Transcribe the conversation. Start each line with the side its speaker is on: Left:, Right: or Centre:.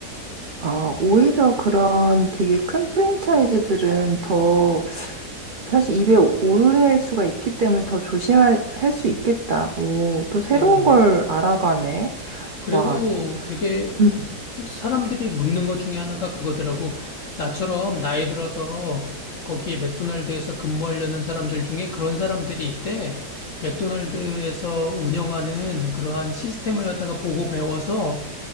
Right: 아, 오히려 그런 되게 큰 프랜차이즈들은 더 사실 입에 오르내릴 수가 있기 때문에 더 조심할 수 있겠다. 오, 또 새로운
Left: 어.
Right: 걸 알아가네.
Left: 그리고
Right: 와, 제,
Left: 되게
Right: 음,
Left: 그 사람들이 묻는 것 중에 하나가 그거더라고. 나처럼 나이 들어서 거기에 맥도날드에서 근무하려는 사람들 중에 그런 사람들이 있대. 맥도날드에서 운영하는 그러한 시스템을 갖다가 보고 배워서